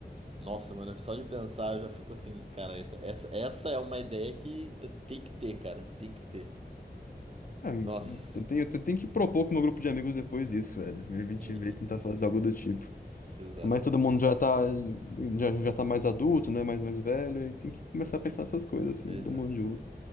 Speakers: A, on the right (about 35°); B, on the left (about 55°).
A: Nossa, mano, só de pensar eu já fico assim, cara, essa, essa, essa é uma ideia que eu- tem que ter, cara, tem que ter.
B: Ah,
A: Nossa.
B: eu tenho, eu tenho que propor com o meu grupo de amigos depois isso, velho. A gente
A: Uhum,
B: vê e tentar fazer algo do tipo.
A: exato,
B: Mas todo mundo já tá, já, já tá mais adulto, né? Mais, mais velho, e tem que começar a pensar essas coisas, assim,
A: exato.
B: todo mundo junto.